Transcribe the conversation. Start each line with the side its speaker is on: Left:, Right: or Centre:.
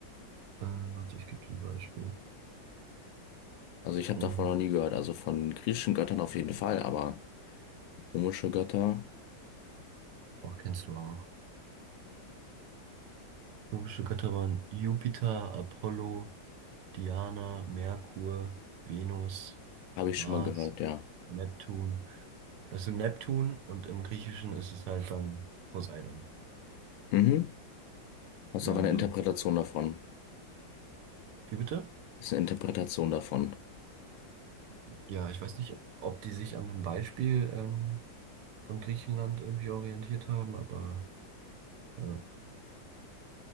Right: äh, warte, ich gebe dir ein Beispiel.
Left: Also ich habe
Right: Mhm.
Left: davon noch nie gehört. Also von griechischen Göttern auf jeden Fall, aber römische Götter
Right: Auch kennst du auch. Römische Götter waren Jupiter, Apollo, Diana, Merkur, Venus,
Left: habe ich
Right: Mars,
Left: schon mal gehört, ja.
Right: Neptun. Weißt du, Neptun und im Griechischen ist es halt dann Poseidon.
Left: Mhm. Das
Right: Ja,
Left: ist aber eine
Right: genau.
Left: Interpretation davon.
Right: Wie bitte?
Left: Das ist eine Interpretation davon.
Right: Ja, ich weiß nicht, ob die sich an einem Beispiel ähm, von Griechenland irgendwie orientiert haben, aber ja,